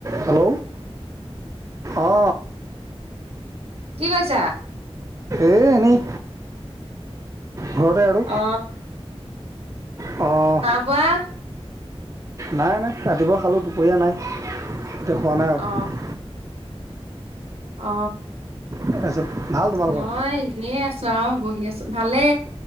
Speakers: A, on the right; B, on the right.
A: Hello, অ,
B: কি কৰিছা?
A: এই, এনেই ঘৰতে আৰু।
B: অ
A: অ,
B: <inaudible>
A: নাই, নাই ৰাতিপুৱা খালোঁ, দুপৰীয়া নাই এতিয়া খোৱা নাই আৰু।
B: অ অ,
A: তাৰপিছত ভাল তোমালোকৰ
B: মই আছো আৰু বহি আছো, ভালে।